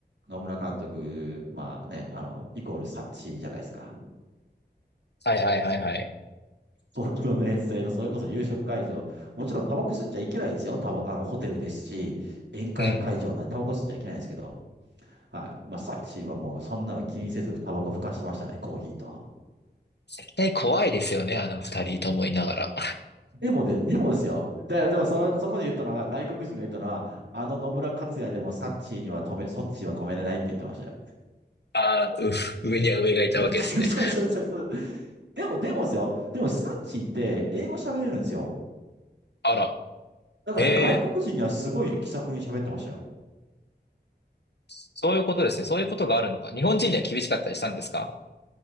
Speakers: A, on the right (about 80°); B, on the left (about 70°).
A: 野村監督、まあね、あの、イコールサッチじゃないですか。
B: はいはいはいはい。
A: 東京の遠征の、それこそ夕食会場、もちろんタバコ吸っちゃいけないんですよ。タバ、あの、ホテルですし、宴会会場なんでタバコ吸っちゃいけないんですけど、
B: うん。
A: はい。まあ、サチはもうそんなの気にせずタバコふかしてましたね、コーヒーと。
B: 絶対怖いですよね、あの二人と思いながら。
A: でもで、でもですよ。で、でもその、そこで言ったのが、外国人が言ったのは、あの野村克也でもサッチーには止め、そっちは止めれないって言ってましたよ。
B: あー、う <laughs> 上には上がいたわけですね。
A: <laughs> そうそうそうそうでも、でもですよ。でもサッチーって英語喋れるんですよ。
B: あら。
A: だから外国人にはすごい気さくに喋ってましたよ。
B: へえ、そういうことですね。そういうことがあるのか。日本人には厳しかったりしたんですか